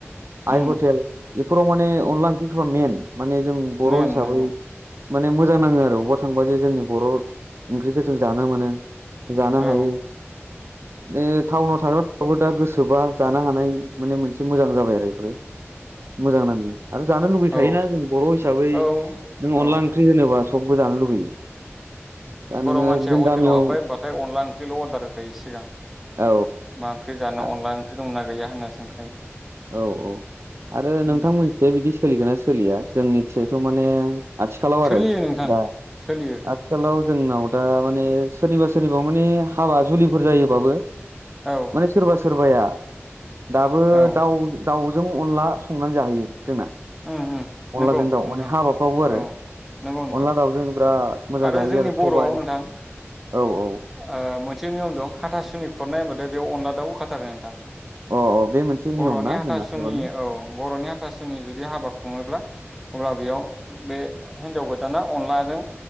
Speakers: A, in the centre; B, on the right.
A: उम
B: आइ हटेल बेफोराव माने अनला ओंख्रिफोरा मेन माने जों बर
A: मेन
B: हिसाबै
A: नंगौ
B: माने मोजां नाङो आरो अबावबा थांबा जो जोंनि बर ओंख्रिखौ जों जानो मोनो। जानो
A: औ
B: हायो माने टाउनाव थाग्राफोराबो दा गोसोबा जानो हानाय माने मोनसे मोजां जाबाय आरो बेफोरो मोजां नाङो आरो जानो लुुबैखायोना
A: औ
B: जों बर' हिसाबै
A: औ
B: नों
A: औ
B: अनला ओंख्रि होनोबा सबबो जानो लुबैयो दा नोङो
A: बर' मानसिया
B: जों
A: हटेलाव
B: गामियाव
A: हाब्बाय होन अनला ओंख्रिल अर्दार होखायो सिगां
B: औ
A: मा ओंख्रि जानो
B: औ
A: अनला ओंख्रि दंना गैया होनना सोंखायो
B: औ औ आरो
A: उम
B: नोंथां मोनसेया बिदि सोलिगोना सोलिया जों मिथियोथ' माने आथिखालाव
A: सोलियो
B: आरो
A: नोंथां
B: दा
A: सोलियो
B: आथिखालाव जोंनाव दा माने सोरनिबा सोरनिबा माने हाबा जुलिफोर जायोबाबो
A: औ
B: माने सोरबा सोरबाया दाबो
A: औ
B: दाउ दाउ जों अनला संनानै जाहैयो जोंना
A: उम उम
B: अनलाजों
A: नंगौ
B: दाउ
A: नोंथां
B: माने हाबाफ्रावबो आरो
A: औ नंगौ नोंथां
B: अनला दाउजों बिराद मोजां
A: आरो
B: जाहैयो
A: जोंनि बर'आव
B: सबाय
A: नोंथां
B: औ औ
A: ओ मोनसे बे नियम दं हाथासुनि खुरनाय होनबादो बेयाव अनला दाउबो खारो नोंथां
B: अ अ बे मोनसे नियम
A: बर'नि
B: ना
A: हाथासुनि
B: जोंना बर'नि
A: औ बर'नि हाथासुनि जुदि हाबाखौ सङोब्ला अब्ला बेयाव बे हिनजाव गोदाना अनलाजों